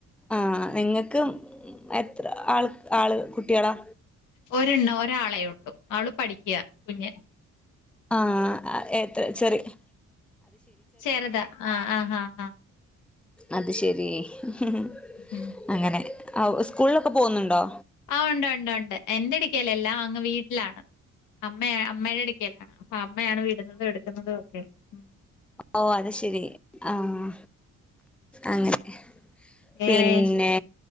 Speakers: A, in the centre; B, on the left (about 80°).
A: ആഹ് നിങ്ങക്ക് എത്ര ആൾ ആൾ കുട്ട്യേളാ
B: ഒരെണ്ണം ഒരാളെ ഉള്ളു അവൾ പഠിക്ക്യ കുഞ്ഞ്
A: ആഹ് എത്ര ചെറിയെ
B: ചെറ്താ ആഹ് ആഹ് ഹാ ഹാ
A: അത്ശെരീ ഹ് ഹ്
B: ആഹ്
A: അങ്ങനെ ആഹ് ഉസ്‌കൂൾലൊക്കെ പോന്നുണ്ടോ
B: ആഹ് ഒണ്ട് ഒണ്ട് ഒണ്ട് എന്റെട്ക്കേലല്ല അങ്ങ് വീട്ടിലാണ് അമ്മേ അമ്മേടടുക്കേലാണ് അ മ്മയാണ് വിടുന്നതും എടുക്കുന്നതുവൊക്കെ മ്മ്
A: ഓഹ് അത്ശേരി ആഹ് അങ്ങനെ
B: വേറെ
A: പിന്നെ